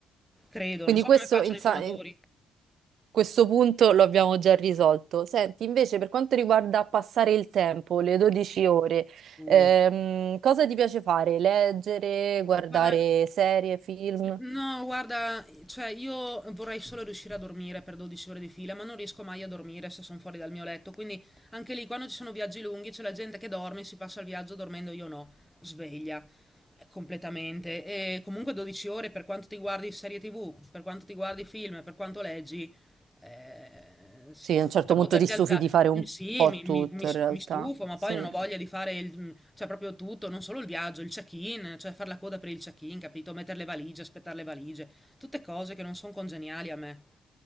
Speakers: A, in the centre; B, on the right.
A: credo,
B: Quindi
A: non so
B: questo,
A: come facciano
B: in
A: i
B: sa-
A: fumatori.
B: in- questo punto lo abbiamo già risolto. Senti, invece, per quanto riguarda passare il tempo, le 12 ore,
A: Uh,
B: ehm, cosa ti piace fare? Leggere, guardare
A: Guarda,
B: serie, film?
A: No, guarda, cioè io vorrei solo riuscire a dormire per 12 ore di fila, ma non riesco mai a dormire se sono fuori dal mio letto. Quindi anche lì, quando ci sono viaggi lunghi, c'è la gente che dorme, si passa il viaggio dormendo, io no, sveglia eh, completamente. E comunque 12 ore, per quanto ti guardi serie TV, per quanto ti guardi film, per quanto leggi, eh, s-
B: Sì, a un certo
A: senza
B: punto
A: poterti
B: ti stufi
A: alzare.
B: di fare un
A: Mm, Sì,
B: po'
A: mi,
B: tutto,
A: mi- mi s-
B: in realtà.
A: mi stufo, ma
B: Sì.
A: poi non ho voglia di fare il, mm, cioè proprio tutto, non solo il viaggio, il check-in, cioè fare la coda per il check-in, capito? Mettere le valigie, aspettare le valigie, tutte cose che non sono congeniali a me.